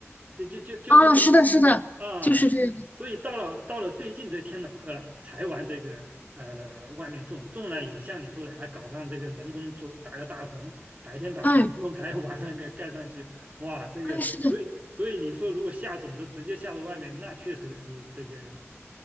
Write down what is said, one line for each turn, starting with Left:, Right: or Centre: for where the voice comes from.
Right: 就就就就那个
Left: 啊，是的，是的，
Right: 啊，
Left: 就是这样的，
Right: 所以到了到了最近这天暖和了，才玩这个呃，外面种，种了也像你说的，还搞上这个人工做，打个大棚，白天把棚弄开，
Left: 哎
Right: <laughs> 晚上给盖上去，哇，这个，
Left: 哎，是的，
Right: 所以所以你说如果下种子直接下到外面，那确实是这个